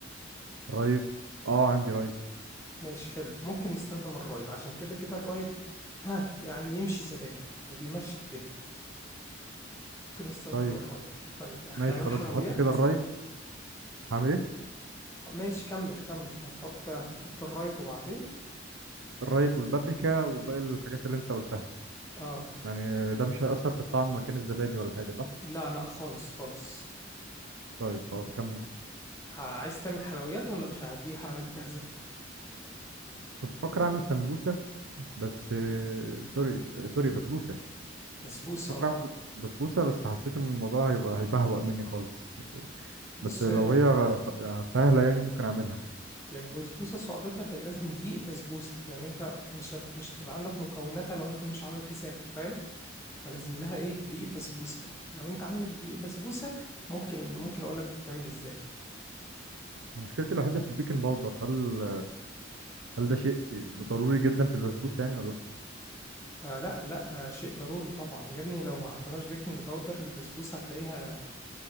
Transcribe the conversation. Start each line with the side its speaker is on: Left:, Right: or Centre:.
Right: رايب اه عندي رايب
Left: ماشي حلو ممكن نستخدم الرايب عشان كده كده الرايب ها يعني يمشي زبادي وبيمشي الدنيا ممكن نستخدم
Right: طيب
Left: الرايب طيب هتعمل
Right: ماشي خلاص
Left: حلويات
Right: هحط كده الرايب هعمل ايه
Left: ماشي كمل كمل هتحط هتحط الرايب وبعدين
Right: الرايب والبابريكا وباقي الحاجات اللي انت قلتها
Left: اه
Right: يعني ده مش هيأثر في الطعم مكان الزبادي ولا حاجة صح
Left: لا لا خالص خالص
Right: طيب خلاص كمل
Left: ه- عايز تعمل حلويات ولا مش هتجيب حلويات جاهزة
Right: كنت فاكر اعمل سمبوسة بس آه، سوري آه، سوري بسبوسة
Left: بسبوسة
Right: بفكر
Left: اه
Right: اعمل بسبوسه بس حسيت ان الموضوع هيبقى هيبهوأ مني خالص
Left: بص
Right: بس لو
Left: ال...
Right: هي يعني سهله يعني ممكن اعملها
Left: هي البسبوسه صعوبتها ان لازم دي بسبوسه يعني انت مش هت... مش هتبقى عندك مكوناتها لو انت مش عامل حسابك فاهم فلازم لها ايه دي بسبوسه لو انت عندك دي بسبوسه ممكن ممكن اقول لك بتتعمل ازاي
Right: مشكلتي الوحيده في البيكنج باودر هل هل ده شيء ضروري جدا في البسبوسه يعني ولا لا
Left: آه لا لا آه شيء ضروري طبعا يا ابني لو ما حطيناش بيكنج باودر البسبوسه هتلاقيها